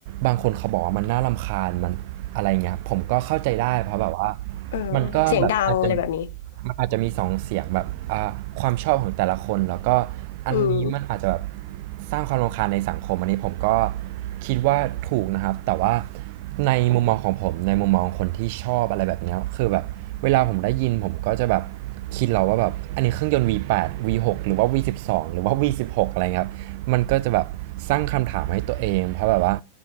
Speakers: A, on the right (about 50°); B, on the left (about 55°).
A: บางคนเขาบอกว่ามันน่ารำคาญมันอะไรเงี้ยผมก็เข้าใจได้เพราะแบบว่า
B: เออ
A: มันก็แบบอาจจะ
B: เสียงดังอะไรแบบนี้
A: มันอาจจะมีสองเสียงแบบอ่าความชอบของแต่ละคนแล้วก็
B: <laughs>
A: อันนี้มันอาจจะแบบ
B: อืม
A: สร้างความรำคาญในสังคมอันนี้ผมก็คิดว่าถูกนะครับแต่ว่าในมุมมองของผมในมุมมองคนที่ชอบอะไรแบบเนี้ยคือแบบ เวลาผมได้ยินผมก็จะแบบคิดเราว่าแบบอันนี้เครื่องยนต์ V8 V6 หกหรือว่า V12 หรือว่า V16 อะไรครับ มันก็จะแบบสร้างคำถามให้ตัวเองเพราะแบบว่า